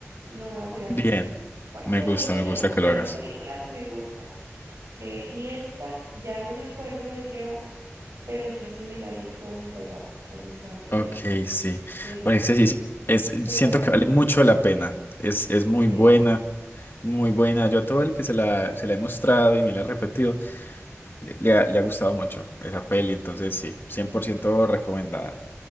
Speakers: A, on the right; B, on the left.
A: Lo voy a volver a
B: Bien,
A: ver. Porque
B: me
A: vuelvo
B: gusta,
A: y te
B: me
A: digo,
B: gusta que lo
A: esas
B: hagas.
A: películas me gustan. Eh, y esta, ya no me acuerdo de qué va, pero yo sí me la vi con mi papá cuando estaba pequeña.
B: Ok, sí.
A: Él
B: Porque sí, sí, sí,
A: se,
B: es,
A: se
B: siento
A: encargó.
B: que vale mucho la pena. Es, es muy
A: Sí,
B: buena, muy buena. Yo a todo el que se la, se la he mostrado y me la ha repetido, le, le ha, le ha gustado mucho esa peli. Entonces, sí, cien
A: sí.
B: por ciento recomendada.